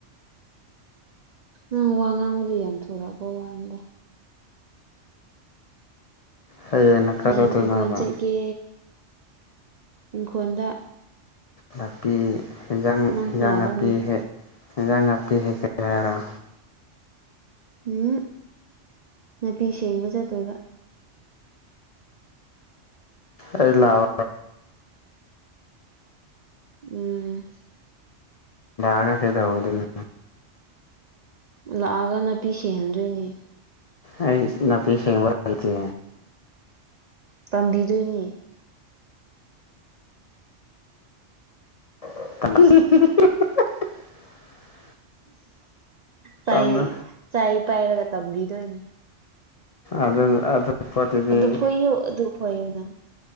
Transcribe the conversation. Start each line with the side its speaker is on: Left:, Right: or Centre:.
Right: ꯑꯪ ꯋꯥ ꯉꯥꯡꯕꯗ ꯌꯥꯝ ꯊꯣꯔꯛꯑꯄ ꯋꯥꯗ
Left: ꯍꯌꯦꯅ ꯈ
Right: ꯍꯌꯦꯡ
Left: ꯆꯗꯣꯏꯅꯕ
Right: ꯏꯪꯈꯣꯜ ꯆꯠꯀꯦ ꯏꯪꯈꯣꯜꯗ
Left: ꯅꯥꯄꯤ ꯏꯟꯖꯥꯡ ꯑꯦꯟꯖꯥꯡ
Right: ꯅꯪꯁꯨ ꯂꯥꯛꯑꯣꯅꯦ
Left: ꯅꯥꯄꯤ ꯍꯦꯛ ꯖ ꯉꯄꯤ ꯍꯀ ꯍꯥꯏꯔꯣ
Right: ꯎꯝ ꯅꯥꯄꯤ ꯁꯦꯡꯕ ꯆꯠꯇꯣꯏꯕ
Left: ꯑꯩ ꯂꯑꯣ
Right: ꯎꯝ
Left: ꯥꯒ ꯀꯩꯗ ꯑꯗꯨꯅ
Right: ꯂꯥꯛꯑꯒ ꯅꯥꯄꯤ ꯁꯤꯍꯟꯗꯣꯏꯅꯦ
Left: ꯑꯩ ꯅꯅꯥꯄꯤ ꯁꯦꯡꯕ ꯂꯇ
Right: ꯇꯥꯝꯕꯤꯗꯣꯏꯅꯤ
Left: <inaudible>
Right: ꯆꯥꯏ
Left: ꯇꯝꯃꯦ
Right: ꯆꯥꯏ ꯄꯥꯏꯔꯒ ꯇꯝꯕꯤꯗꯅꯤ
Left: ꯑꯗ ꯑꯙ ꯄꯥꯔꯇꯤꯗꯤ
Right: ꯑꯗꯨ ꯐꯣꯏꯌꯨ ꯑꯗꯨ ꯐꯣꯏꯌꯨꯅ